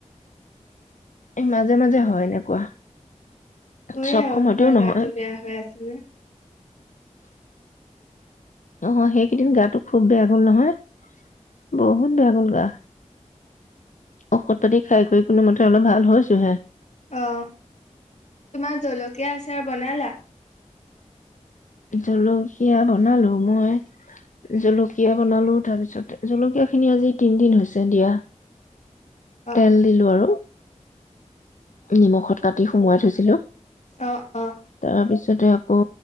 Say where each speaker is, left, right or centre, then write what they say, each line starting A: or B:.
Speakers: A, on the left; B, on the left.
A: এ মাজে মাজে হয় এনেকুৱা
B: হয়েই
A: চব
B: আৰু
A: সময়তেও
B: তোমাৰ
A: নহয়
B: গাটো বেয়া হৈ আছিল
A: অঁ সেইকেইদিন গাটো খুব বেয়া গল নহয় বহুত বেয়া গল গা ঔষধ পাতি খাই কৰি কোনোমতে অলপ ভাল হৈছোহে
B: অঁ তোমাৰ জলকীয়া আচাৰ বনালা
A: জলকীয়া বনালো মই জলকীয়া বনালো তাৰপিছত জলকীয়া খিনি আজি তিনদিন হৈছে দিয়া
B: অঁ
A: তেল দিলো আৰু নিমখত কাটি সুমোৱাই থৈছিলো
B: অঁ অঁ
A: তাৰ পিছত তাতে আাকৌ